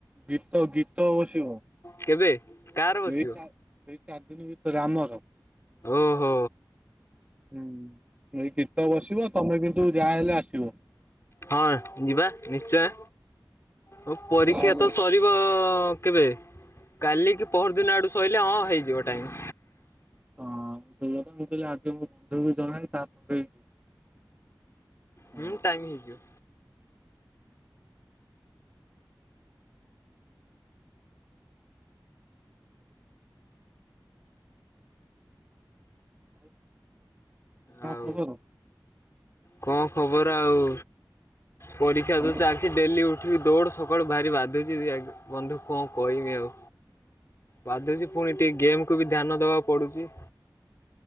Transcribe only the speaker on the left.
କେବେ? କାର ବସିବ
ଓହୋ।
ହଁ ଯିବା ନିଶ୍ଚୟ ତୋପରୀକ୍ଷା
ତ ସରି ବ କେବେ? କାଲି କି ପହର ଦିନ ଆଡୁ ସଇଲେ ହଁ ହେଇଯିବ ଟାଇମ୍।
ହୁଁ ଟାଇମ୍ ହେଇଯିବ।
ଆଉ
କଣ ଖବର ଆଉ? ପରୀକ୍ଷା
ତ ଚାଲ କି ଡେଲି ଉଠିକି ଦୌଡ ସକାଳୁ ଭାରି ବାଧୁଚି ବନ୍ଧୁ କଣ କହିବି ଆଉ। ବାଧୁଚି ପୁଣି ଟିକେ ଗେମ୍ କୁ ବି ଧ୍ୟାନ ଦେବାକୁ ପଡୁଚି।